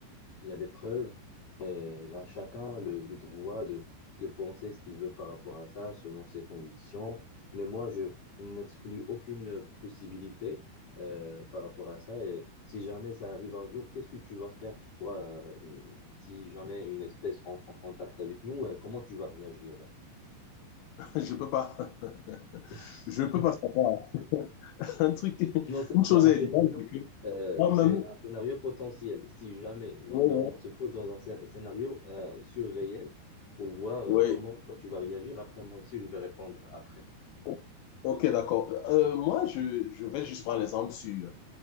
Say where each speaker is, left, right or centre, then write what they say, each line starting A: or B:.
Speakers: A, on the left (about 35°); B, on the left (about 85°).
A: il y a des preuves et à chacun le, le droit de, de penser ce qu'il veut par rapport à ça, selon ses convictions. Mais moi, je n'exclus aucune possibilité euh, par rapport à ça. Et si jamais ça arrive un jour, qu'est-ce que tu vas faire, toi, euh, si jamais une espèce rentre en contact avec nous, euh, comment tu vas réagir?
B: <laughs> Je peux pas. <laughs>
A: <laughs>
B: Je peux pas savoir. <laughs> Un truc,
A: Non, ça,
B: une
A: c'est
B: chose
A: un
B: est
A: scénario,
B: évidente, c'est que
A: euh,
B: moi-même,
A: c'est un scénario potentiel, si jamais. Donc,
B: ouais,
A: euh, on se pose dans un scé- scénario euh, surréel pour voir euh,
B: ouais,
A: comment toi tu vas réagir. Après, moi aussi, je vais répondre après.
B: ouais. Ok, d'accord. Euh, moi, je, je vais juste prendre l'exemple sur